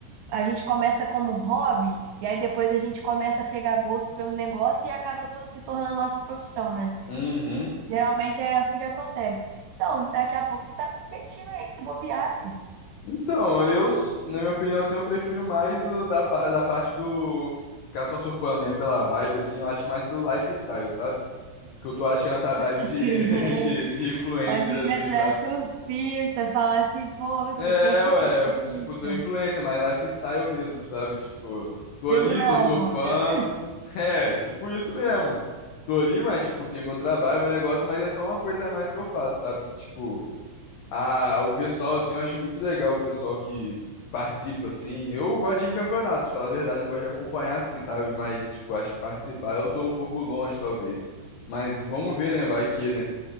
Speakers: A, on the right; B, on the left.
A: a gente começa como hobby e aí depois a gente começa a pegar gosto pelo negócio e acaba to- se tornando nossa profissão, né?
B: uhum.
A: Geralmente é assim que acontece. Então, daqui a pouco você está competindo aí, se bobear, filho.
B: Então, eu, s- na minha opinião, assim, eu prefiro mais o da, pa- da parte do ficar só surfando mesmo pela vibe, assim, eu acho que mais pelo lifestyle, sabe? Que eu tô, acho que é nessa vibe
A: Pode
B: de,
A: crer.
B: <laughs> de, de influencer,
A: Pode
B: assim,
A: crer, tu é
B: sabe?
A: surfista, falar assim, pô,
B: É,
A: eu sou surfista,
B: ué, eu, tipo, sou influencer, mas lifestyle mesmo, sabe? Tipo, tô
A: vivo
B: ali,
A: na
B: tô surfando.
A: onda.
B: <laughs> É, tipo isso mesmo. Tô ali, mas, tipo, tem meu trabalho, meu negócio, mas é só uma coisa a mais que eu faço, sabe? Que, tipo, a, o pessoal, assim, eu acho muito legal o pessoal que participa, assim. Eu gosto de ir em campeonatos, falar a verdade, eu gosto de acompanhar, assim, sabe? Mas, tipo, acho que participar eu tô um pouco longe, talvez. Mas vamos ver, né? Vai que, né?